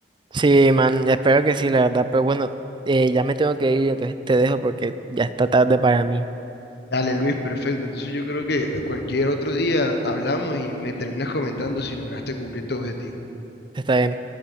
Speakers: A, on the right (about 25°); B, on the left (about 65°).
A: Sí, man, espero que sí, la verdad. Pero bueno, eh, ya me tengo que ir, entonces te dejo porque ya está tarde para mí.
B: Dale, Luis, perfecto. Entonces yo creo que cualquier otro día hablamos y me terminas comentando si lograste cumplir tu objetivo.
A: Está bien.